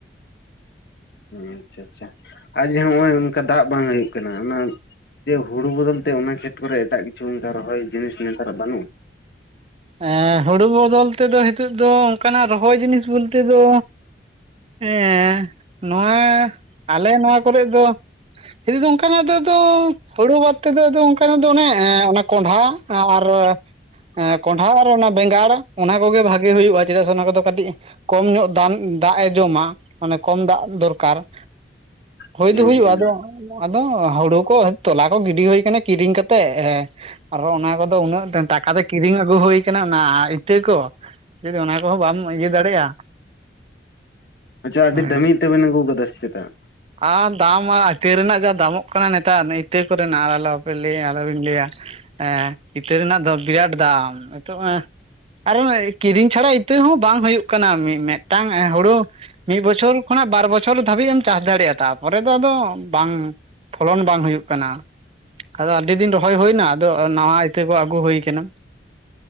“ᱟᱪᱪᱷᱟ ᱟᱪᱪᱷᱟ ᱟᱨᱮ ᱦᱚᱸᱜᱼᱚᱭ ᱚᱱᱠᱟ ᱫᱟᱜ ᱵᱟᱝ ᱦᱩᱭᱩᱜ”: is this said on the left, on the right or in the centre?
Left